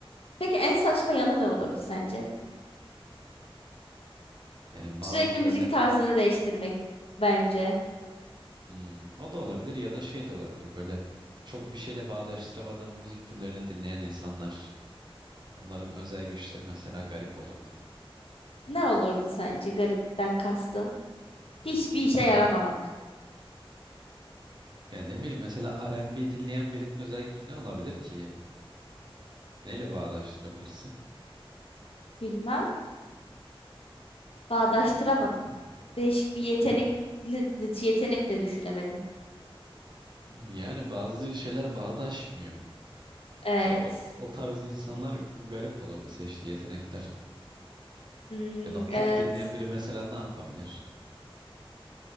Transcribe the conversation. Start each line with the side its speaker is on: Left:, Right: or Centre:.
Left: Peki en saçma yanı ne olurdu sence?
Right: Yani bazı
Left: Sürekli
Right: böyle
Left: müzik tarzını değiştirmek bence.
Right: hmm, o da olabilir ya da şey de olabilir. Böyle çok bir şeyle bağdaştıramadığım müzik türlerini dinleyen insanlar. Onların özel güçleri mesela garip olurdu.
Left: Ne olurdu sence garipten kastın? Hiçbir işe yaramamak.
Right: Yani ne bileyim mesela R&B dinleyen birinin özel gücü ne olabilir ki? Neyle bağdaştırabilirsin?
Left: Bilmem. Bağdaştıramadım. Değişik bir yetenekli, yetenek de düşünemedim.
Right: Yani bazı şeyler bağdaşmıyor.
Left: Evet.
Right: Mesela o, o tarz insanlar garip olurdu seçtiği yetenekler.
Left: Hmm,
Right: Ya da pop
Left: evet.
Right: dinleyen biri mesela ne yapabilir?